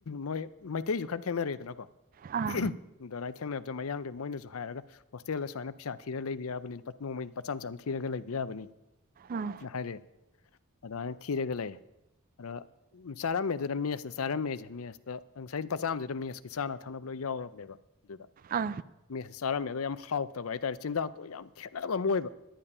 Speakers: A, on the left (about 75°); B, on the right (about 40°).
A: ꯃꯣꯏ ꯃꯩꯇꯩꯁꯨ ꯈꯔ ꯊꯦꯡꯅꯔꯦꯗꯅꯀꯣ
B: ꯑꯥ
A: ꯑꯗꯨꯗꯥꯥꯏ ꯊꯦꯡꯅꯕꯗ ꯃꯌꯥꯡꯗ ꯃꯣꯏꯅꯁꯨ ꯍꯥꯏꯔꯒ ꯍꯣꯁꯇꯦꯜꯗ ꯁꯨꯃꯥꯏꯅ ꯄꯩꯁꯥ ꯊꯤꯔ ꯂꯩꯕ ꯌꯥꯕꯅꯤ ꯅꯣꯡꯃꯩꯅꯥ ꯂꯨꯄꯥ ꯆꯥ ꯆꯥꯝ ꯆꯥꯝ ꯊꯤꯔꯒ ꯂꯩꯕ ꯌꯥꯕꯅꯤꯅ
B: ꯑꯥ
A: ꯍꯥꯏꯔꯛꯑꯦ ꯑꯗꯨꯃꯥꯏꯅ ꯊꯤꯔꯒ ꯂꯩꯔꯦ ꯑꯗ ꯆꯥꯔꯝꯃꯦꯗꯨꯗ ꯃꯦꯁꯅ ꯆꯥꯔꯝꯃꯦꯁꯦ ꯃꯦꯁꯇ ꯉꯁꯥꯏ ꯂꯨꯄꯥ ꯆꯥꯝꯗꯨꯗ ꯃꯦꯁꯀꯤ ꯆꯅ ꯊꯛꯅꯕ ꯂꯣꯏ ꯌꯥꯎꯔꯕꯅꯦꯕ ꯑꯗꯨꯗ
B: ꯑꯥ
A: ꯃꯦꯠꯆ ꯆꯥꯔꯝꯃꯦ ꯑꯗꯣ ꯌꯥꯝ ꯍꯥꯎꯇꯕ ꯍꯥꯏꯇꯥꯔꯦ ꯆꯤꯟꯖꯥꯛꯇꯣ ꯌꯥꯝ ꯈꯦꯠꯅꯕ ꯑꯃ ꯑꯣꯏꯕ